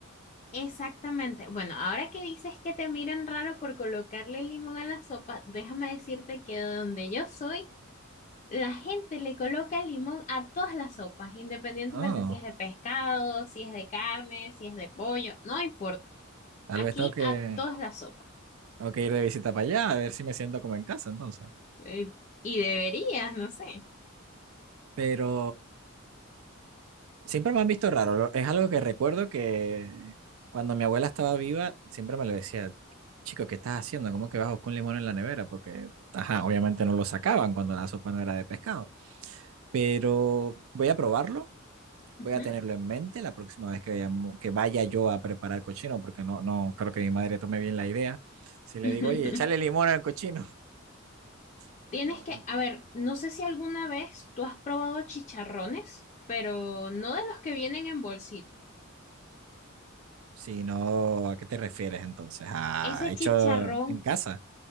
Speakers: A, on the left (about 35°); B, on the right (about 70°).
A: Exactamente. Bueno, ahora que dices que te miran raro por colocarle limón a la sopa, déjame decirte que donde yo soy, la gente le coloca limón a todas las sopas, independientemente
B: Oh,
A: si es de pescado, si es de carne, si es de pollo, no importa.
B: tal
A: Aquí
B: vez tengo que
A: a todas las sopas.
B: Tengo que ir de visita para allá, a ver si me siento como en casa entonces.
A: Eh, y deberías, no sé.
B: Pero siempre me han visto raro. lo- Es algo que recuerdo que cuando mi abuela estaba viva, siempre me lo decía, chico, ¿qué estás haciendo? ¿Cómo que vas a buscar un limón en la nevera? Porque, ajá, obviamente no lo sacaban cuando la sopa no era de pescado. Pero voy a probarlo, voy
A: Ujú.
B: a tenerlo en mente la próxima vez que vaya, que vaya yo a preparar cochino, porque no, no creo que mi madre tome bien la idea. Si le
A: <laughs>
B: digo, oye, échale limón al cochino, <laughs>
A: Tienes
B: no,
A: que,
B: no puedo.
A: a ver, no sé si alguna vez tú has probado chicharrones, pero no de los que vienen en bolsita.
B: Si no, ¿a qué te refieres entonces? ¿A
A: Ese
B: hecho
A: chicharrón,
B: en casa?